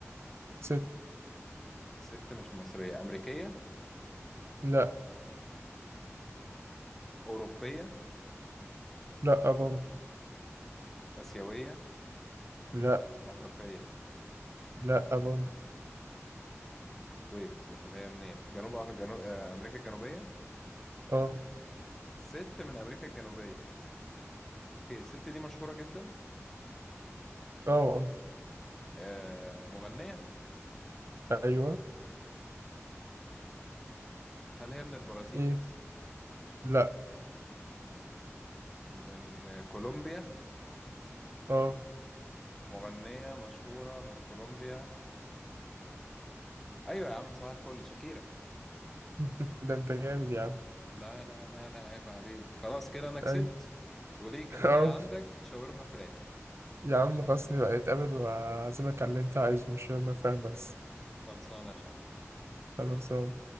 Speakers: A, on the right; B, in the centre.
A: ست
B: ست مش مصرية أمريكية
A: لا
B: أوروبية
A: لا برضه
B: آسيوية
A: لا
B: أفريقية
A: لا برضه
B: ويت أمال هي منين جنوب أف... جنوب آه أمريكا الجنوبية
A: اه
B: ست من أمريكا الجنوبية اوكي الست دي مشهورة جدا
A: اه
B: آه مغنية
A: اه ايوه
B: هل هي من البرازيل
A: ايه لا
B: من آه، كولومبيا
A: اه
B: مغنية مشهورة من كولومبيا أيوة يا عم صباح الفل شاكيرا
A: <laughs> ده انت جامد يا عم
B: لا لا لا لا عيب عليك خلاص كده أنا كسبت
A: اي
B: وليك
A: اه
B: وليه عندك شاورما فراخ
A: يا عم خلاص نبقى نتقابل وأعزمك على اللي انت عايزه مش شرط فاهم بس
B: خلصانة يا شعب
A: خلاص